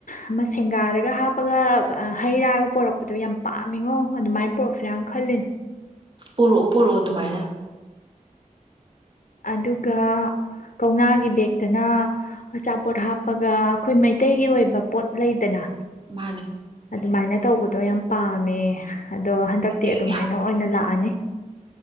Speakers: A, on the left; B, on the right.
A: ꯑꯃ ꯁꯦꯡꯒꯥꯗꯒ ꯍꯥꯞꯄꯒ ꯍꯩ ꯔꯥꯒ ꯄꯣꯔꯛꯄꯗꯣ ꯌꯥꯝ ꯄꯥꯝꯃꯤꯉꯣ ꯑꯗꯨꯃꯥꯏꯅ ꯄꯣꯔꯛꯁꯔꯅ ꯈꯜꯂꯤꯅꯦ
B: ꯄꯣꯔꯛꯑꯣ ꯄꯣꯔꯛꯑꯣ ꯑꯗꯨꯃꯥꯏꯅ
A: ꯑꯗꯨꯒ ꯀꯧꯅꯥꯒꯤ ꯕꯦꯛꯇꯅ ꯑꯆꯥꯄꯣꯠ ꯍꯥꯞꯄꯒ ꯑꯩꯈꯣꯏ ꯃꯩꯇꯩꯒꯤ ꯑꯣꯏꯕ ꯄꯣꯠ ꯂꯩꯗꯅ
B: ꯃꯥꯅꯦ
A: ꯑꯗꯨꯃꯥꯏꯅ ꯇꯧꯕꯗꯣ ꯌꯥꯝ ꯄꯥꯝꯃꯦ ꯑꯗꯣ ꯍꯟꯗꯛꯇꯤ
B: ꯑꯩꯒꯤ
A: ꯑꯗꯨꯃꯥꯏꯅ ꯑꯣꯏꯅ ꯂꯥꯛꯑꯅꯤ